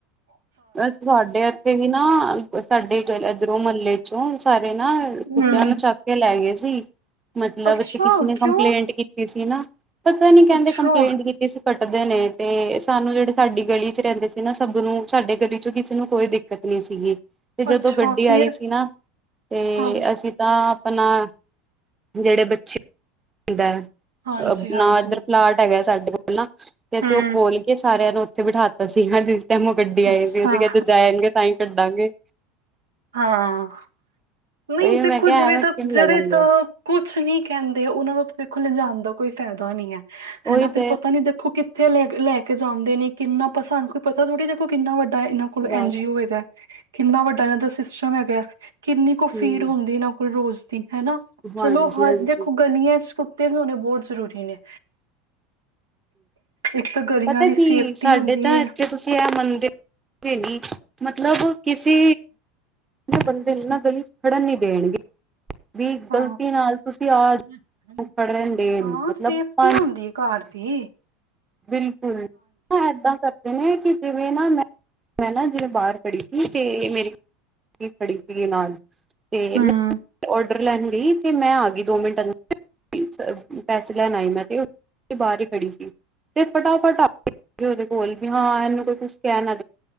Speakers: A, on the right (about 20°); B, on the right (about 85°).
A: ਹਾਂਜੀ ਤੁਹਾਡੇ ਇੱਥੇ ਹੀ ਨਾ, ਸਾਡੇ ਇਧਰੋਂ ਮਹੱਲੇ ਚੋਂ ਸਾਰੇ ਨਾ ਕੁੱਤਿਆਂ
B: ਹੂੰ
A: ਨੂੰ ਚਾ ਲੈ ਗਏ ਸੀ, ਮਤਲਬ
B: ਅੱਛਾ
A: ਤੇ ਕਿਸੇ ਨੇ
B: ਕਿਉਂ
A: ਕੰਪਲੇਂਟ ਕੀਤੀ ਸੀ ਨਾ। ਪਤਾ ਨੀ ਕਹਿੰਦੇ
B: ਅੱਛਾ
A: ਕੰਪਲੇਂਟ ਕੀਤੀ ਸੀ, ਕੱਟਦੇ ਨੇ ਤੇ ਸਾਨੂੰ ਜਿਹੜੇ ਸਾਡੀ ਗਲੀ ਚ ਰਹਿੰਦੇ ਸੀ ਨਾ, ਸਭ ਨੂੰ ਸਾਡੇ ਗਲੀ ਚ ਕਿਸੇ ਨੂੰ ਕੋਈ ਦਿੱਕਤ ਨੀ ਸੀਗੀ। ਤੇ ਜਦੋਂ
B: ਅੱਛਾ
A: ਗੱਡੀ
B: ਫੇਰ
A: ਆਈ ਸੀ ਨਾ, ਤੇ
B: ਹਾਂ,
A: ਅਸੀਂ ਤਾਂ ਆਪਣਾ ਜਿਹੜੇ ਬੱਚੇ ਹੁੰਦਾ,
B: ਹਾਂਜੀ-ਹਾਂਜੀ।
A: ਨਾ ਇੱਧਰ ਪਲਾਟ ਹੈਗਾ ਸਾਡੇ ਕੋਲ ਨਾ, ਤੇ ਅਸੀਂ
B: ਹੂੰ,
A: ਉਹ ਖੋਲ ਕੇ ਸਾਰਿਆਂ ਨੂੰ ਉੱਥੇ ਬਿਠਾਤਾ ਸੀ, ਹਾਂਜੀ ਜਿਸ ਟੈਮ ਉਹ ਗੱਡੀ
B: ਅੱਛਾ
A: ਆਏ, ਫੇਰ ਅਸੀਂ ਕਹਿਤਾ ਜਾਏ ਆਣਗੇ ਤਾਂਹੀ ਕੱਢਾਂਗੇ।
B: ਹਾਂ, ਨਹੀਂ
A: ਉਹੀ
B: ਦੇਖੋ
A: ਮੈਂ ਕਿਹਾ
B: ਜਿਹੜੇ
A: ਐਵੇਂ
B: ਤਾਂ
A: ਕਿਵੇਂ
B: ਜਿਹੜੇ
A: ਲੈ ਜਾਣਗੇ
B: ਤਾਂ ਕੁਛ ਨੀ ਕਹਿੰਦੇ, ਉਹਨਾਂ ਨੂੰ ਤਾਂ ਦੇਖੋ ਲਿਜਾਣ ਦਾ ਕੋਈ ਫਾਇਦਾ ਨਹੀਂ ਐ, ਹਨਾ
A: ਉਹੀ
B: ਫਿਰ
A: ਤੇ
B: ਪਤਾ ਨੀ ਦੇਖੋ ਕਿ ਇੱਥੇ ਲੈ-ਲੈ ਕੇ ਜਾਂਦੇ ਨੇ, ਕਿੰਨਾ ਪਤਾ ਸਾਨੂੰ ਕੋਈ ਪਤਾ ਥੋੜ੍ਹੀ ਦੇਖੋ, ਕਿੰਨਾ ਵੱਡਾ ਇਹਨਾਂ ਕੋਲ
A: ਬਸ
B: ਐਨ ਜੀ ਓ ਹੈਗਾ। ਕਿੰਨਾ ਵੱਡਾ ਇਹਨਾਂ ਦਾ ਸਿਸਟਮ ਹੈਗਾ, ਕਿੰਨੀ ਕੁ ਫੀਡ
A: ਹਮ
B: ਹੁੰਦੀ ਇਹਨਾਂ ਕੋਲ ਰੋਜ਼ ਦੀ, ਹਨਾ। ਚਲੋ,
A: ਹਾਂਜੀ
B: ਹਰ
A: ਹਾਂਜੀ
B: ਦੇਖੋ ਗਲੀਆਂ ਇਸ ਕੁੱਤੇ ਵੀ ਹੋਣੇ ਬਹੁਤ ਜ਼ਰੂਰੀ ਨੇ। ਇੱਕ ਤਾਂ ਗਲੀਆਂ
A: ਪਤਾ
B: ਦੀ
A: ਕੀ
B: ਸੇਫਟੀ
A: ਸਾਡੇ
B: ਹੁੰਦੀ
A: ਤਾਂ
B: ਏ।
A: ਇੱਥੇ ਤੁਸੀਂ ਇਹ ਮੰਨਦੇ ਹੋਗੇ ਨੀ ਮਤਲਬ ਕਿਸੇ ਬੰਦੇ ਨੂ ਨਾ ਗਲੀ ਚ ਖੜਨ ਨੀ ਦੇਣਗੇ। ਵੀ
B: ਹਾਂਜੀ।
A: ਗ਼ਲਤੀ ਨਾਲ ਤੁਸੀਂ ਆ ਜਾਓ
B: ਹਾਂ
A: ਖੜਨ ਦੇਣ
B: ਹਾਂ
A: ਮਤਲਬ
B: ਸੇਫਟੀ
A: ਪੰਜ
B: ਹੁੰਦੀ ਘ ਤੇ।
A: ਬਿਲਕੁਲ ਹ ਏਦਾਂ ਕਰ ਕਿ ਜਿਵੇਂ ਨਾ ਮੈਂ ਮੈਂ ਨਾ ਜਿਵੇਂ ਬਾਹਰ ਖੜ੍ਹੀ ਸੀ ਤੇ ਮੇਰੀ ਖੜੀ ਸੀਗੀ ਨਾਲ ਤੇ
B: ਹੂੰ,
A: ਮ ਡਰ ਲੈਣ ਲਈ ਤੇ ਮੈਂ ਆ ਗਈ ਦੋ ਮਿੰਟ ਅੰਦਰ। ਪੈਸੇ ਲੈਣ ਆਏ ਮੈਂ ਤੇ ਬਾਹਰ ਹੀ ਖੜੀ ਸੀ। ਤੇ ਫਟਾਫਟ ਉਹਦੇ ਕੋਲ ਵੀ ਹਾਂ ਇਹਨੂੰ ਕੋਈ ਕੁਛ ਕਹਿਣ ਨਾ